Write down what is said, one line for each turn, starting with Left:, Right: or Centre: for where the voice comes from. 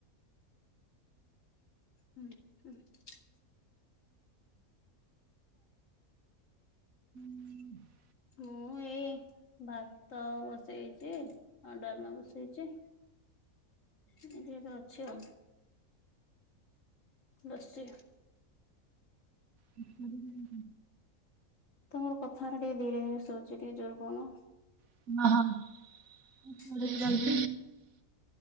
Left: ହୁଁ। <inaudible>
Right: <inaudible>
Left: ମୁଁ ଏଇ। ଭାତ ବସେଇ ଛି ଆଉ ଡାଲମା ବସେଇଛି। ଏଇଠି ଏବେ ଅଛି ଆଉ। ବଶିଚି
Right: ହୁଁ।
Left: ତମ କଥା ଗୁରା ଟିକେ ଧୀରେ ଧୀରେ ଶୁବୁଚି ଟିକେ ଜୋର କହୁନ।
Right: ଓହୋ।
Left: ହୁଁ